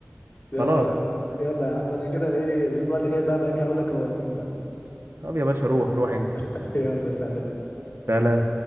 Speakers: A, on the left; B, on the right.
A: يلا
B: خلاص
A: يا يلا يا عم انا كده ايه الاسبوع اللي جاي بقى باجي اقول لك هو مين بقى
B: طب يا باشا روح روح انت
A: <laughs> يلا سلام
B: لا لا